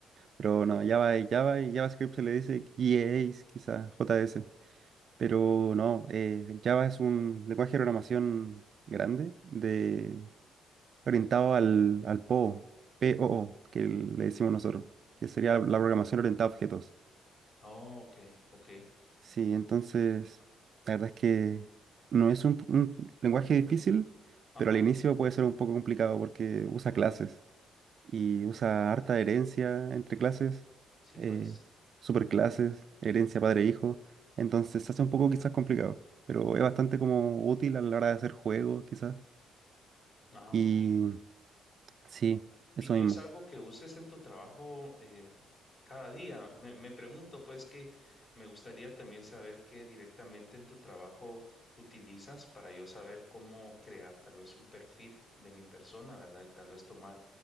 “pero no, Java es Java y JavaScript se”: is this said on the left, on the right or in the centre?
Right